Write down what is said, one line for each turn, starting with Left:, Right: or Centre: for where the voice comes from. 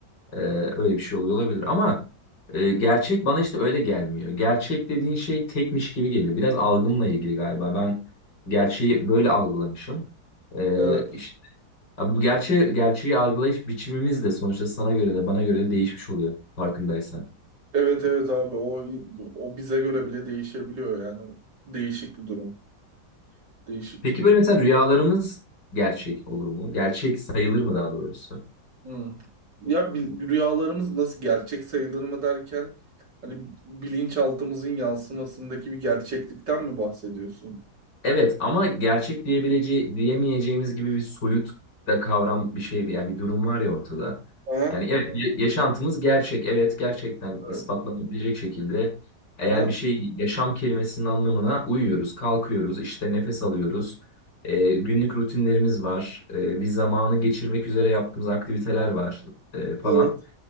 Left: Ee, öyle bir şey oluyor olabilir ama e, gerçek bana işte öyle gelmiyor. Gerçek dediğin şey tekmiş gibi geliyor. Biraz algımla ilgili galiba. Ben gerçeği böyle algılamışım. Ee,
Right: Evet.
Left: işte, abi bu gerçeği, gerçeği algılayış biçimimiz de sonuçta sana göre de bana göre de değişmiş oluyor farkındaysan.
Right: Evet evet abi o o bize göre bile değişebiliyor yani. Değişik bir durum. Değişik
Left: Peki
Right: bir durum.
Left: böyle mesela rüyalarımız gerçek olur mu? Gerçek sayılır mı daha doğrusu?
Right: Hmm. Ya bil- rüyalarımız nasıl gerçek sayılır mı derken hani bilinçaltımızın yansımasındaki bir gerçeklikten mi bahsediyorsun?
Left: Evet ama gerçek diyebileceği diyemeyeceğimiz gibi bir soyut da kavram bir şey bir yani bir durum var ya ortada.
Right: Aha.
Left: Yani evet ya- yaşantımız gerçek evet gerçekten
Right: Evet.
Left: ispatlanabilecek şekilde eğer
Right: Aha.
Left: bir şey yaşam kelimesinin anlamına uyuyoruz, kalkıyoruz, işte nefes alıyoruz. e, günlük rutinlerimiz var. e, bir zamanı geçirmek üzere yaptığımız aktiviteler var e, falan.
Right: Evet.